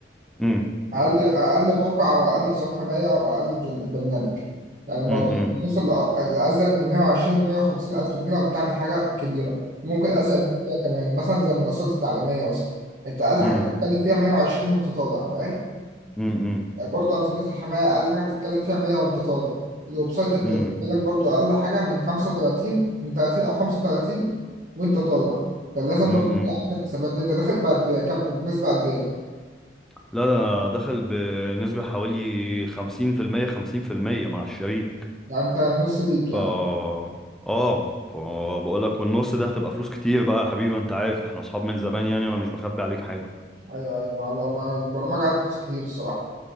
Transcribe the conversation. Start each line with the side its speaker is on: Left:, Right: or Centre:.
Centre: امم
Right: اقل اقل موقع او اقل نظام حمايه او اقل برن- برنامج يعني الموضوع
Centre: امم
Right: ممكن يوصل لأ- لازيد من 120 و150 الف جنيه لو بتعمل حاجه كبيره ممكن ازيد من كده كمان مثلا زي المنصات التعليميه مثلا انت اقل حاجه
Centre: امم
Right: بتتكلم فيها 120 وانت طالع فاهم
Centre: امم
Right: يعني برضو انظمه الحمايه اقل حاجه بتتكلم فيها 100 وانت طالع الويب سايت انت
Centre: امم
Right: بتتكلم برضو اقل حاجه من 35 من 30 او 35 وانت طالع فلازم
Centre: امم
Right: برضو تبقى عارف الحسابات دي انت داخل بعد كام بنسبه قد ايه
Centre: لا ده أنا دخل بنسبة حوالي خمسين في المية خمسين في المية مع الشريك
Right: يعني انت نص ليك يعني
Centre: فا اه فبقول لك والنص ده هتبقى فلوس كتير بقى يا حبيبي انت عارف احنا اصحاب من زمان يعني انا مش بخبي عليك حاجة
Right: ايوه ايوه ما هو ما هو البرمجه عايزه فلوس كتير الصراحه